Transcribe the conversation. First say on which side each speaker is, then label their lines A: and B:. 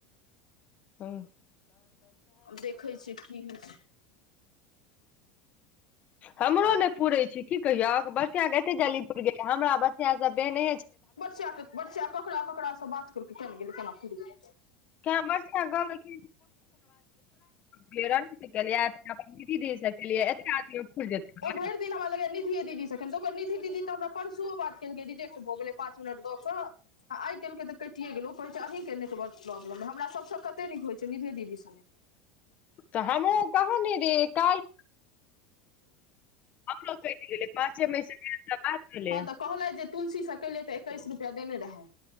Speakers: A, on the left (about 35°); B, on the left (about 75°).
A: हू।
B: आब देखै छियै कि होइ छै
A: हमरो ने पुरे छी की कहियो बसिया केते जीपुर गेल हमरा बसिया सभने
B: बरचाक बरचा ककरा ककरासँ बात कर क केना गेलै केना किर गेलै।
A: क बस गल पाज <unintelligible> किय दीदी दी सभ केलियै एतेक आदमी पुरि जेतै
B: ओ भरि। हमरा लगै निधिए दीदीसँख निधि दीदी तऽ हमरा परसुओ बातेलकै रिजेक्ट भऽ गेलै पाँच मिनट दऽ कऽ आ आइ काल्हिके तऽ कटिए गेल ओ कहैत छै अहीँके नेटवर्क प्रॉब्लम हम सभसँ कतेक नीक होइत छै निधे दीदी
A: तऽ हमरो कहने रे काल। हमरो कटि गेलै पाँचे मई से भेल बाद भेलै।
B: हँ तऽ कहलथि जे तुलसीसँ केलै तऽ एकैस रुपैआ देने रहै।